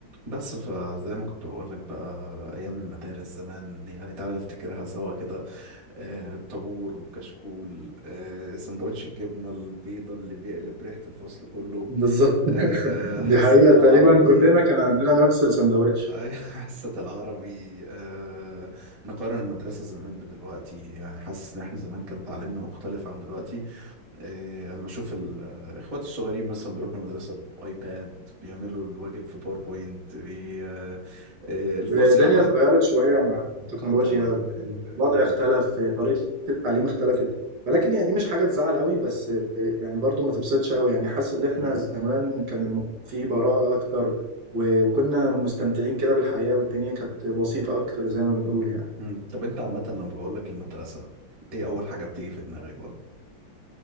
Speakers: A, on the right; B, on the right.
A: بس فزي ما كنت بقول لك بقى ايام المدارس زمان يعني تعالى نفتكرها سوا كده آه، الطابور والكشكول آه، سندوتش الجبنه البيضه اللي بيقلب ريحه الفصل كله
B: بالظبط
A: آه،
B: دي
A: حصه
B: حقيقة
A: العربي
B: تقريبا كلنا كان عندنا نفس السندوتش
A: اي <laughs> حصه العربي آه، نقارن المدرسه زمان بدلوقتي يعني حاسس ان احنا زمان كان تعليمنا مختلف عن دلوقتي إيه، انا بشوف الاخوات الصغيرين مثلا بيروحوا المدرسه بايباد بيعملوا الواجب في باوربوينت بي... آه، إيه، الفسحه
B: الدنيا
A: بقت
B: اتغيرت شوية مع التكنولوجيا
A: اه طبعا
B: الوضع
A: مم.
B: اختلف طريقة التعليم اختلفت ولكن هي دي مش حاجة تزعل قوي بس يعني برضو ما تبسطش قوي يعني حاسس ان احنا
A: مم.
B: زمان كان الموضوع فيه براءة اكتر و- وكنا مستمتعين كده بالحياة والدنيا كانت بسيطة اكتر زي ما بنقول يعني
A: مم. طب انت عامه لما بقول لك المدرسه ايه اول حاجه بتيجي في دماغك بقى